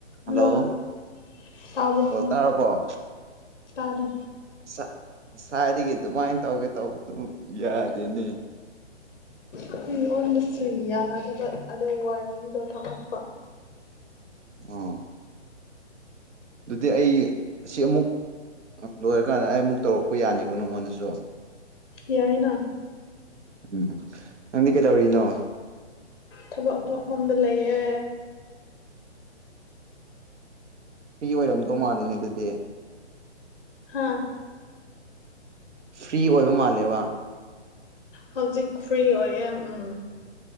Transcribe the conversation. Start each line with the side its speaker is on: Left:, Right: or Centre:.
Right: hello
Left: <inaudible> hello ꯇꯥꯕ꯭ꯔꯣ
Right: ꯑꯣ ꯇꯥꯔꯕꯣ
Left: ꯇꯥꯔꯦ
Right: ꯁꯥ ꯉꯁꯥꯏꯗꯒꯤ ꯑꯗꯨꯃꯥꯏ ꯇꯧꯒꯦ ꯇꯧꯕꯕꯨ ꯌꯥꯗꯦꯅꯦ
Left: ꯑꯩꯉꯣꯟꯗꯁꯨ ꯌꯥꯗꯕ ꯑꯗꯣ ꯋꯥꯔꯅꯤꯡꯗ ꯊꯝꯂꯛꯄ
Right: ꯑꯣ ꯑꯗꯨꯗꯤ ꯑꯩ ꯁꯤ ꯑꯃꯨꯛ ꯂꯣꯏꯔꯀꯥꯟꯗ ꯑꯩ ꯑꯃꯨꯛ ꯇꯧꯔꯛꯄ ꯌꯥꯅꯤꯀꯣ ꯅꯉꯣꯟꯗꯁꯨ
Left: ꯌꯥꯏꯅ
Right: ꯎꯝ ꯅꯪꯗꯤ ꯀꯩꯗꯧꯔꯤꯅꯣ
Left: ꯊꯕꯛ ꯃꯐꯝꯗ ꯂꯩꯌꯦ
Right: <inaudible> ꯑꯣꯏꯔꯝꯗꯧ ꯃꯥꯜꯂꯦꯅꯦ ꯑꯗꯨꯗꯤ
Left: ꯍꯥꯥ
Right: ꯐ꯭ꯔꯤ ꯑꯣꯏꯕ ꯃꯥꯜꯂꯦꯕ
Left: ꯍꯧꯖꯤꯛ ꯐ꯭ꯔꯤ ꯑꯣꯏꯌꯦ ꯎꯝ